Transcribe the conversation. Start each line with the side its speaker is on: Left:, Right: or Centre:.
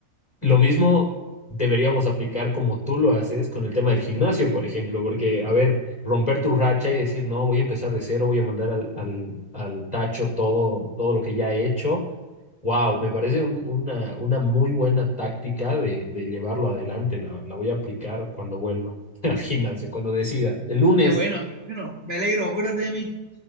Left: lo mismo deberíamos aplicar como tú lo haces con el tema del gimnasio, por ejemplo, porque, a ver, romper tu racha y decir, no, voy a empezar de cero, voy a mandar al, al, al tacho todo, todo lo que ya he hecho Wow, me parece un- una, una muy buena táctica de, de llevarlo adelante. La, la voy a aplicar cuando vuelva <laughs> al gimnasio, cuando decida. El lunes.
Right: qué bueno, qué bueno. Me alegro, acuérdate de mí.